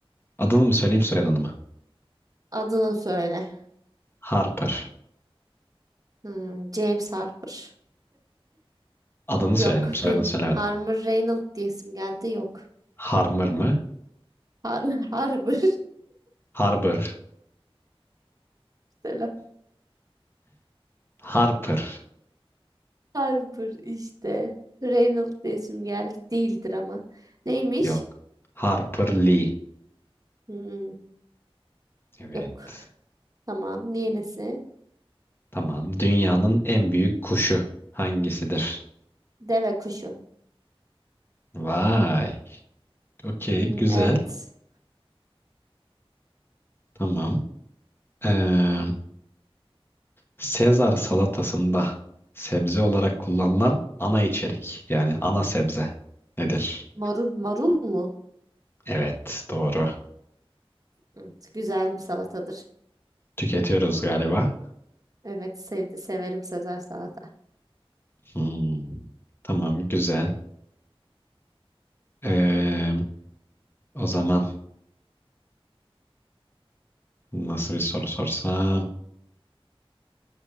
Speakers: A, on the left; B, on the right.
A: Adını mı söyleyeyim soyadını mı?
B: Adını söyle.
A: Harper.
B: Hmm, James Harper.
A: Adını
B: Yok,
A: söyledim soyadını
B: bin
A: söylemedim.
B: Harmer Reynolds diyesim geldi. Yok.
A: Harmer mı?
B: Har <laughs> Harper.
A: Harper.
B: <laughs> Selam.
A: Harper.
B: Harper işte. Reynolds diyesim geldi. Değildir ama. Neymiş?
A: Yok. Harper Lee.
B: Hmm.
A: Evet.
B: Yok. Tamam. Yenisi.
A: Tamam. Dünyanın en büyük kuşu hangisidir?
B: Deve kuşu.
A: Vay. Okey.
B: Hmm,
A: Güzel.
B: evet.
A: Tamam. Ee, Sezar salatasında sebze olarak kullanılan ana içerik. Yani ana sebze nedir?
B: Marul, marul mu?
A: Evet. Doğru.
B: Evet, güzel bir salatadır.
A: Tüketiyoruz galiba.
B: Evet, sevdi, severim Sezar salata.
A: Hmm, Tamam. Güzel. Ee, O zaman nasıl bir soru sorsam?